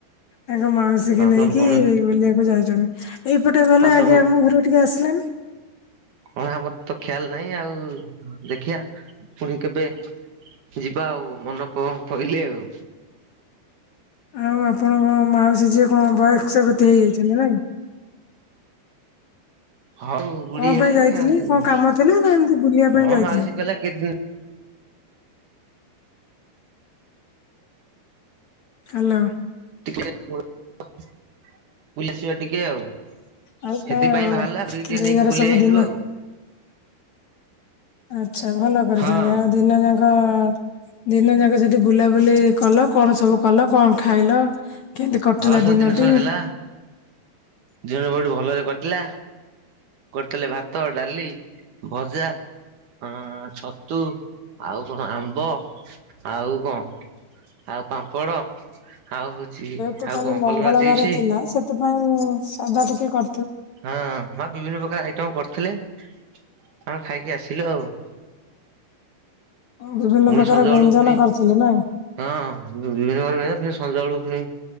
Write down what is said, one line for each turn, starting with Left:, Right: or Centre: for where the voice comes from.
Left: ତାଙ୍କ ମାଉସୀକି
Right: ଆଉ
Left: ନେଇକି
Right: ତମ ଭଉଣୀ
Left: ବୁଲିବାକୁ ଯାଇ ଏଇପଟେ ଗଲେ
Right: ଆଉ ତମ
Left: ଆଜ୍ଞା ଆମ ଘରକୁ ଟିକେ ଆସିଲେନି।
Right: କଣ ଆମର ତ ଖି୍ୟାଲ ନାହିଁ ଆଉ ଦେଖିବା ପୁଣି କେବେ ଯିବା ଆଉ ମନ ପ ପଇଲେ ଆଉ।
Left: ଆଉ ଆପଣଙ୍କ ମାଉସୀ ଯିଏ କଣ ବୟକ୍ସା <unintelligible> ହେଇଯାଇଛନ୍ତି ନାଇଁ।
Right: ହଉ ବୁଢୀ
Left: କଣ
Right: ହେଲେଣି
Left: ପାଇଁ ଯାଇଥିଲେ
Right: ଆଉ
Left: କଣ
Right: କଣ
Left: କାମ ଥିଲା ନା ଏମିତି ବୁଲିବା ପାଇଁ ଯାଇଥିଲେ?
Right: ମାଉସୀ କହିଲା କେତେଦି
Left: ହାଲୋ
Right: ଟିକେ <inaudible> ବୁଲି ଆସିବା ଟିକ ଟିକେ ଆଉ
Left: ଆଉ କଣ
Right: ସେଥିପାଇଁ ବାହାରଲା ବୁଢ଼ୀକି ଟିକେ
Left: ଦେଇ
Right: ନେଇକି
Left: ଘର
Right: ବୁଲେଇ
Left: ସବୁ
Right: ଆଣିଲୁ
Left: ଦିନ
Right: ଆଉ।
Left: ଆଚ୍ଛା ଭଲ କରିଛନ୍ତି
Right: ହଁ
Left: ଆଉ ଦିନ ଯାକ ଦିନ ଯାକ ସେ ବୁଲାବୁଲି କଲ କଣ ସବୁ କଲ କଣ ଖାଇଲ। କେମିତି କଟିଲା
Right: ହଁ ସବୁ
Left: ଦିନଟି?
Right: ଜିନିଶ ହେଲା ଦିନ ବହୁଟୁ ଭଲରେ କଟିଲା। କରିଥିଲେ ଭାତ ଡାଲି ଭଜା। ହଁ ଛତୁ ଆଉ କଣ ଆମ୍ବ ଆଉ କଣ ଆଉ ପାମ୍ପଡ଼ ଆଉ ହଉଛି।
Left: ତୁ
Right: ଆଉ
Left: କାଲି
Right: କଣ
Left: ମଙ୍ଗଳବାର
Right: କଲରା ଚିପ୍ସ
Left: ଥିଲା ସେଥିପାଇଁ ସାଧା ଟିକେ କ
Right: ହଁ ହଁ ବିଭିନ୍ନ ପ୍ରକାର ଆ ମ କରିଥିଲେ ଆମେ ଖାଇକି ଆସିଲୁ ଆଉ।
Left: ବିଭିନ୍ନ
Right: ମୁଁ
Left: ପ୍ରକାର
Right: ଏଇ ସଞ୍ଜ
Left: ବ୍ୟଞ୍ଜନ
Right: ବେଳକୁ ଫୁଣି
Left: କରିଥିଲେ ନାଇଁ?
Right: ହଁ। ବିଭିନ୍ନ ପ୍ରକାର ଫେଣେ <unintelligible> ସଞ୍ଜ ବେଳୁକୁ ଫୁଣି